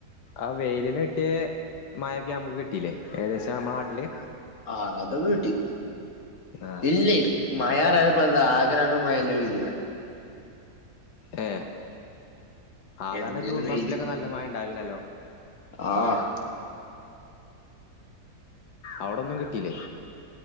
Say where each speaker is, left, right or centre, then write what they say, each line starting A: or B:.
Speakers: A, on the left; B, on the left.
A: ആ വെയിലന്ട്ടിയ മഴക്കെ അമ്മക്ക് കിട്ടിലേ ഏകദേശം മ്മ നാട്ടില്?
B: ആ അതൊക്കെട്ടി.
A: ആഹ്
B: ഇല്ലേ? മഴറയാനിപ്പന്താ ആകെ രണ്ടെണ്ണം മഴയല്ലേ പെയ്തിക്കണേ.
A: ഏ സആധാരണ
B: എന്തേലും
A: ജൂൺ മാസത്തിലൊക്കെ
B: വെയില്
A: നല്ല മഴ ഇണ്ടാവലുണ്ടല്ലോ?
B: ആഹ്
A: അവടൊന്നും കിട്ടീലേ?